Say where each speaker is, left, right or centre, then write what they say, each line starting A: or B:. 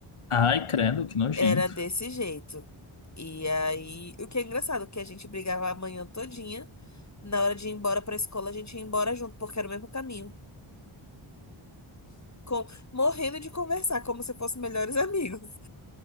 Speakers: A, on the left (about 80°); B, on the left (about 35°).
A: Ai, credo, que nojento.
B: Era desse jeito. E aí, o que é engraçado, que a gente brigava a manhã todinha. Na hora de ir embora pra escola, a gente ia embora junto, porque era o mesmo caminho. Com... Morrendo de conversar, como se fossem melhores <laughs> amigos.